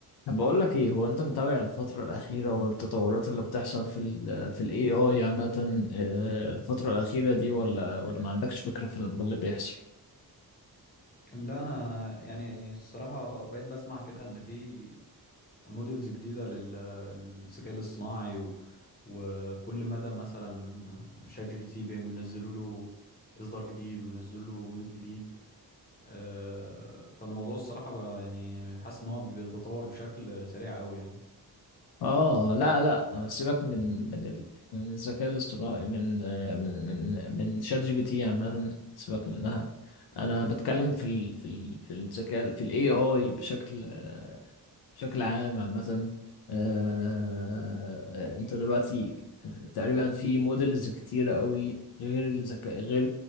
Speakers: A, on the left; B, on the left.
A: طب بقول لك ايه هو انت متابع الفترة الأخيرة والتطورات اللي بتحصل في ال في ال AI عامة آه، الفترة الأخيرة دي ولا ولا ما عندكش فكرة في اللي بيحصل؟
B: لا انا يعني الصراحه بقيت بسمع كده ان في موديلز جديده لل- للذكاء الاصطناعي و... وكل مدى مثلا شات جي بي تي بينزلوا له اصدار جديد وينزلوا له موديل جديد آه، فالموضوع الصراحه بقى يعني حاسس ان هو بيتطور بشكل سريع قوي يعني
A: اه لا لا سيبك من من ال- من الذكاء الاصطناعي من آه، من من من شات جي بي تي عامة سيبك منها انا بتكلم في ال في ال في الذكاء في الاي اي بشكل آه، بشكل عام عامة آه، انت دلوقتي آه، تقريبا في موديلز كتيرة قوي غير الذكاء غير